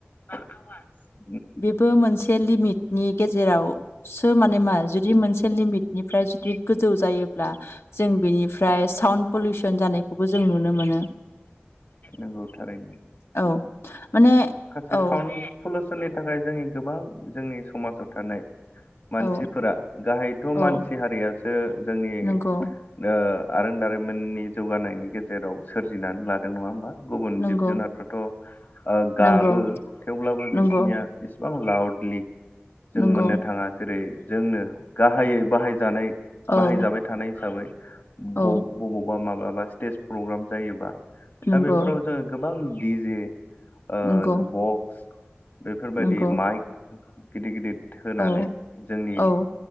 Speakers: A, on the left; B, on the left.
A: आवाज
B: बेबो मोनसे लिमिटनि गेजेरावसो माने मा जुदि मोनसे लिमिट निफ्राय जुदि गोजौ जायोब्ला जों बेनिफ्राय साउसन पलुसन जानायखौबो जों नुनो मोन मोनो
A: मोनो। नंगौ थारैनो
B: औ माने
A: जे साउन्ड
B: औ
A: पलिउसननि थाखाय जोंनि गोबां जोंनि समाजाव थानाय मानसिफोरा
B: औ
A: गाहायथ'
B: औ
A: मानसि हारियासो जोंनि
B: नंगौ
A: ओ आरों दारिमिननि जौगानायनि गेजेराव सोर जिनानै लादों नङा होमबा गुबुन
B: नंगौ
A: जिब जुनारफ्राथ' गाबो
B: नंगौ
A: थेवब्लाबो बिसिनि
B: नंगौ
A: निया इस बिबां लाउडलि जों
B: नंगौ
A: मोननो थाङा जेरै जोंनो गाहायै बाहायजानाय
B: औ
A: बाहायजाबाय थानाय हिसाबै
B: औ
A: ब बबावबा माबाबा स्टेज प्रग्राम जायोबा
B: नंगौ
A: दा बेफोराव जोङो गोबां दिजे ओ
B: नंगौ
A: बक्स बेफोरबायदि
B: नंगौ
A: माइक गिदिर गिदिर होनानै
B: औ
A: जोंनि
B: औ